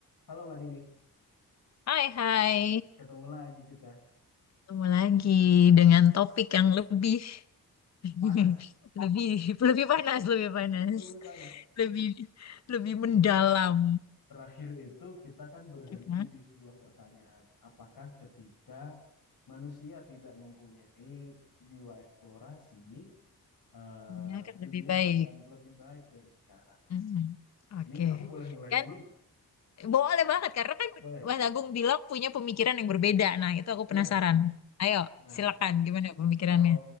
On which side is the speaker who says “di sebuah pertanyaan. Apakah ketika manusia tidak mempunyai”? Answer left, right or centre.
Left